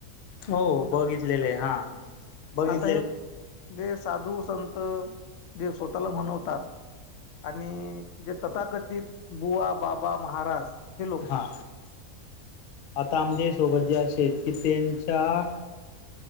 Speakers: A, on the left; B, on the left.
A: हो बघितलेलं आहे हा बघित
B: आता
A: <unintelligible>
B: जे साधू संत जे स्वतःला म्हण तात आणि जे तथाकथित बुवा बाबा महाराज हे लोक
A: हा
B: <unintelligible>
A: आता आमच्या सोबत जे असे की त्यांच्या.